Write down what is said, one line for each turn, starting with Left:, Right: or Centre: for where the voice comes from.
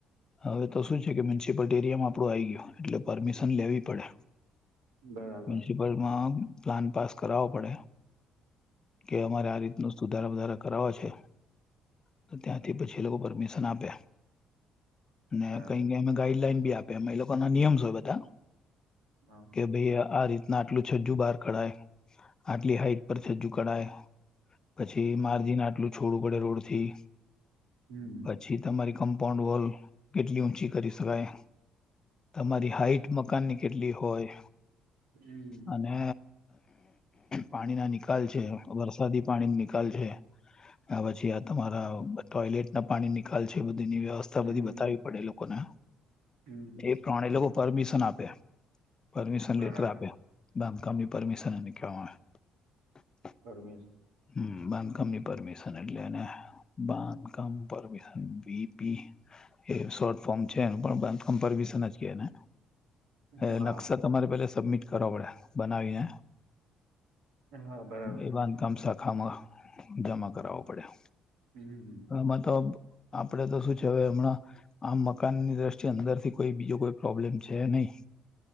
Left: હવે તો શું છે કે મ્યુનિસિપટ એરિયામાં આપડું આઈ ગયું એટલે પરમિશન લેવી પડે.
Right: બરાબર
Left: મ્યુનિસિપલમાં પ્લાન પાસ કરાવો પડે. કે અમારે આ રીતનું સુધારા વધારા કરાવા છે. તો ત્યાંથી પછી એ લોકો પરમિશ શન આપે અને
Right: બરાબર
Left: કંઈક એમે ગાઈડલાઈન બી આપે એમ એ લોકોના નિયમસ હોય બધાં
Right: હા
Left: કે ભઈ આ રીતના અટલું છજ્જુ બહાર કઢાય, આટલી હાઈટ પર છજુ કઢાય. પછી
Right: હમ
Left: માર્જિન આટલું છોડુ પડે રોડથી
Right: હમ
Left: પછી તમારી કમ્પાઉન્ડ વોલ કેટલી ઊંચી કરી શકાય. તમારી
Right: બરાબર
Left: હાઈટ મકાનની કેટલી હોય,
Right: હમ
Left: અને પાણીના નિકાલ છે, વરસાદી પાણી નિક કાલ છે ને પછી આ તમારા ટોયલેટના પાણી નિકાલ છે એ બધ ની વ્યવસ્થા
Right: હમ
Left: બધી બતાવી પડે એ લોકોને
Right: હમ
Left: એ પ્રમાણે એ લોકો પરમિશન આપે પરમિશન
Right: બરાબર
Left: લેટર આપે બાંધકામની પરમિશન અને કેહવામા આવે
Right: પરમિશ
Left: હમ બાંધકામની પરમિશન એટલે બાંધકામ પરમિશન બિલ શોર્ટ ફોર્મ છે એમ્પેરશન જ કેને એ
Right: હા
Left: નકશા તમારે પેલા સબમિટ કરવા પડે બનાવીને
Right: હા બરાબર
Left: એ બાંધકામ
Right: છે.
Left: શાખામાં જમા કરાવો પડે
Right: હમ
Left: હ મ તો આપડે તો શું છે હવે હમણાં આમ મકાનની દ્રષ્ટિએ અંદર થી કોઈ બીજો કોઈ પ્રોબ્લેમ છે નહી